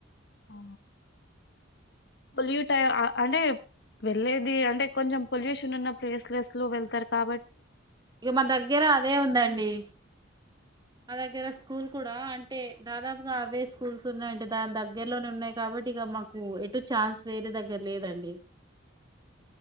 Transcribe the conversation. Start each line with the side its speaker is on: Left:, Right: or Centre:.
Left: ఆ, పొల్యూట్ అయ్ అ అంటే వెళ్లేేది అంటే కొంచెం పొల్యూషన్ ఉన్న ప్లేస్ లెస్ లో వెళ్తారు కాబ
Right: ఇక మన దగ్గర అదే ఉందండి మా దగ్గర స్కూల్ కూడా అంటే దాదాపుగా అవే స్కూల్స్ ఉన్నాయంటే దాని దగ్ గ్గరలోనే ఉన్నాయి కాబట్టి ఇక మాకు ఎటు ఛాన్స్ వేరే దగ్గర లేదండి